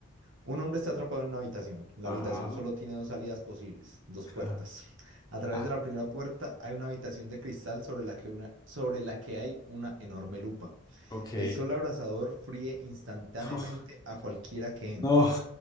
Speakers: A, on the right (about 70°); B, on the left (about 20°).
A: Un hombre está atrapado en una habitación. La
B: Ajá,
A: habitación solo tiene dos salidas posibles, dos puertas.
B: ajá,
A: A través
B: ajá.
A: de la primera puerta hay una habitación de cristal sobre la que, una- sobre la que hay una enorme lupa.
B: Ok.
A: El sol abrasador fríe instantáneamente
B: <laughs>
A: a cualquiera que entre.
B: No.